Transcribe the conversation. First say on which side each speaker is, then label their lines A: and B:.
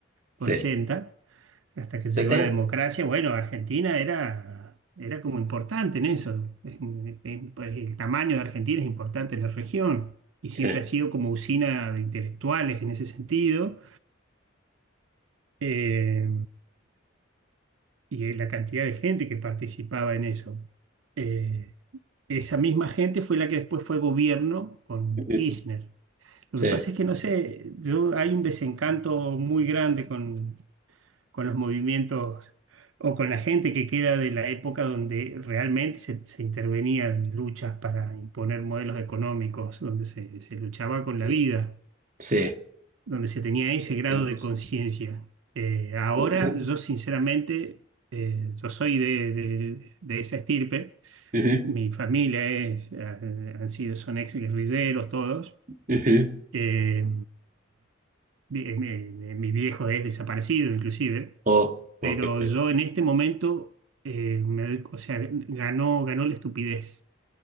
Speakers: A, on the right; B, on the right.
A: Sí.
B: ochenta hasta
A: ¿Se
B: que llegó
A: te?
B: la democracia, bueno, Argentina era, era como importante en eso. En- en- pues, el tamaño de Argentina es importante en la región y siempre
A: Sí.
B: ha sido como usina de intelectuales en ese sentido. Eh, y la cantidad de gente que participaba en eso. Eh, Esa misma gente fue la que después fue gobierno con
A: Ujú.
B: Kirchner. Lo
A: Sí.
B: que pasa es que no sé, yo, hay un desencanto muy grande con, con los movimientos o con la gente que queda de la época donde realmente se, se intervenía en luchas para imponer modelos económicos, donde se, se luchaba con la
A: Sí.
B: vida,
A: Sí.
B: donde se tenía ese grado
A: Tiempos.
B: de conciencia. Eh, ahora
A: Ujú.
B: yo sinceramente, eh, yo soy de de- de esa estirpe.
A: Ujú.
B: Mi familia es, eh, han sido, son ex guerrilleros todos.
A: Ujú.
B: Eh, mi, eh, mi- mi- mi viejo es desaparecido inclusive,
A: Oh,
B: pero
A: oh, qué pe-
B: yo en este momento, eh, me doy- o sea, ganó, ganó la estupidez.